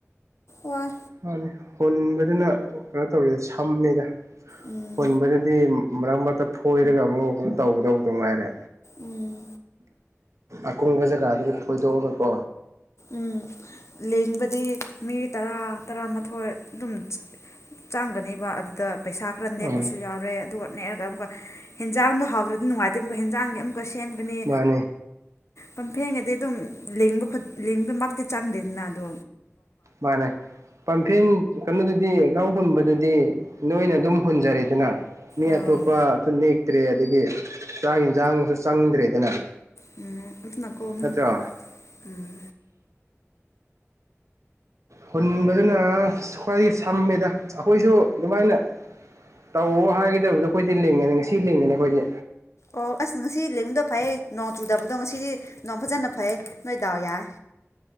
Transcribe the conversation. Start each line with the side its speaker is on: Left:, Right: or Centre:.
Left: ꯋꯥꯏ
Right: ꯃꯥꯅꯤ ꯍꯨꯟꯕꯗꯨꯅ ꯀꯩꯅꯣ ꯇꯧꯔꯤꯗ ꯁꯝꯃꯦꯗ
Left: ꯎꯝ
Right: ꯍꯨꯟꯕꯗꯨꯗꯤ ꯃꯔꯛ ꯃꯔꯛꯇ ꯐꯣꯏꯔꯒ ꯑꯃꯨꯛ ꯀꯩꯅꯣ ꯇꯧꯒꯗꯧꯕꯗꯨ ꯉꯥꯏꯔꯦ
Left: ꯎꯝ
Right: ꯑꯀꯨꯡꯕ ꯖꯒꯥꯗꯒꯤ ꯊꯣꯏꯗꯣꯛꯑꯒ ꯀꯣ
Left: ꯎꯝ ꯂꯤꯡꯕꯗꯤ ꯃꯤ ꯇꯔꯥ ꯇꯔꯥꯃꯥꯊꯣꯏ ꯍꯣꯏ ꯑꯗꯨꯝ ꯆꯡꯒꯅꯤꯕ ꯑꯗꯨꯗ ꯄꯩꯁꯥ ꯈꯔ ꯅꯦꯛꯄꯁꯨ
Right: ꯎꯝ
Left: ꯌꯥꯎꯔꯦ ꯑꯗꯨꯒ ꯅꯦꯛꯑꯒ ꯑꯃꯨꯛꯀ ꯍꯦꯟꯖꯥꯡꯗꯣ ꯍꯥꯎꯗ꯭ꯔꯗꯤ ꯅꯨꯡꯉꯥꯏꯇꯦ ꯑꯃꯨꯛꯀ ꯍꯦꯟꯖꯥꯡꯒꯤ ꯑꯃꯨꯛꯀ ꯁꯦꯝꯒꯅꯤ
Right: ꯃꯥꯅꯤ
Left: ꯄꯝꯐꯦꯟꯒꯗꯤ ꯑꯗꯨꯝ ꯂꯤꯡꯕ ꯂꯤꯡꯕꯃꯛꯇꯤ ꯆꯪꯗꯦꯗꯅ ꯗꯨ
Right: ꯃꯥꯅꯤ ꯄꯝꯐꯦꯟ ꯀꯩꯅꯣꯗꯨꯗꯤ ꯂꯧ ꯍꯨꯟꯕꯗꯨꯗꯤ ꯍꯥꯏꯗꯤ ꯅꯣꯏꯅ ꯑꯗꯨꯝ ꯍꯨꯟꯖꯔꯦꯗꯅ ꯃꯤ
Left: ꯎꯝ
Right: ꯑꯇꯣꯞꯄꯁꯨ ꯅꯦꯛꯇ꯭ꯔꯦ ꯑꯗꯒꯤ ꯆꯥꯛ ꯌꯦꯟꯁꯥꯡꯁꯨ ꯆꯪꯗ꯭ꯔꯦꯗꯅ
Left: ꯎꯝ ꯑꯗꯨꯅ ꯀꯣꯝꯃꯦ
Right: ꯅꯠꯇ꯭ꯔꯣ
Left: ꯎꯝ
Right: ꯍꯨꯟꯕꯗꯨꯅ ꯈ꯭ꯋꯥꯏꯗꯒꯤ ꯁꯝꯃꯦꯗ ꯑꯩꯈꯣꯏꯁꯨ ꯑꯗꯨꯃꯥꯏꯅ ꯇꯧ ꯍꯥꯏꯒꯗꯕꯗꯣ ꯑꯩꯈꯣꯏꯗꯤ ꯂꯤꯡꯉꯅꯤ ꯉꯁꯤ ꯂꯤꯡꯉꯅꯤ ꯑꯩꯈꯣꯏꯗꯤ
Left: ꯑꯣ ꯑꯁ ꯉꯁꯤ ꯂꯤꯡꯕꯗꯣ ꯐꯩꯌꯦ ꯅꯣꯡ ꯆꯨꯗꯕꯗꯣ ꯉꯁꯤꯗꯤ ꯅꯣꯡ ꯐꯖꯅ ꯐꯩ ꯅꯣꯏ ꯗꯥꯎ ꯌꯥꯏ